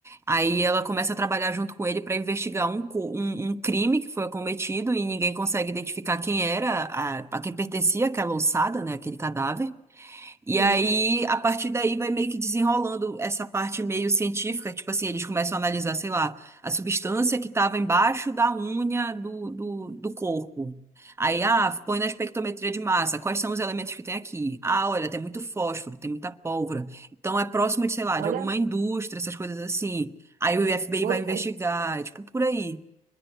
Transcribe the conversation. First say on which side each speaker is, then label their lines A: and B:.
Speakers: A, on the right; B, on the right.
A: Aí ela começa a trabalhar junto com ele para investigar um, co- um, um crime que foi cometido e ninguém consegue identificar quem era, a, a quem pertencia aquela ossada, né? Aquele cadáver. E
B: Sim,
A: aí, a partir daí, vai meio que desenrolando essa parte meio científica. Tipo assim, eles começam a analisar, sei lá, a substância que estava embaixo da unha do, do, do corpo. Aí, ah, põe na espectrometria de massa. Quais são os elementos que tem aqui? Ah, olha, tem muito fósforo, tem muita pólvora. Então, é próximo de, sei lá,
B: olha,
A: de alguma indústria, essas coisas assim. Aí o FBI
B: gostei.
A: vai investigar, é tipo, por aí.